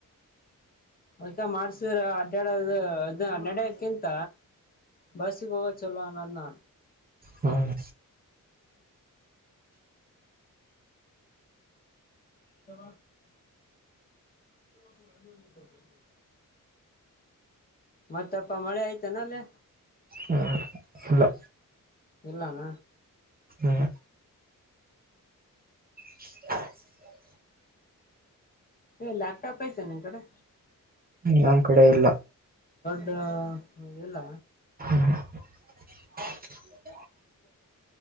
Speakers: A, on the left (about 25°); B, on the right (about 25°).
A: ಅ್ಕ ಮಾಡ್ಸಿ ಅಡ್ಡಾಡದು ಅದು ಅನ್ನಡಕಿಂತ ಬಸ್ಸಿಗೋಗದ್ ಚಲ್ಲೊ ನನ್.
B: ಹ್ಮ್
A: ಹ ಹ ಅ <unintelligible> ಮತ್ತೆಪ್ಪ ಮಳೆ ಆಯ್ತಾನ ಅಲ್ಲೇ?
B: ಹ ಇಲ್ಲ.
A: ಇಲ್ಲಾನ?
B: ಹ್ಮು ಹು. ಹ
A: ಏ ಲ್ಯಾಪ್ಟ್ಯಾಪ್ ಹೖತೇನ್ ನಿನ್ಕಡೆ.
B: ನನ್ಕಡೆ ಇಲ್ಲ.
A: ಹ ಇಲ್ಲ.
B: <inaudible>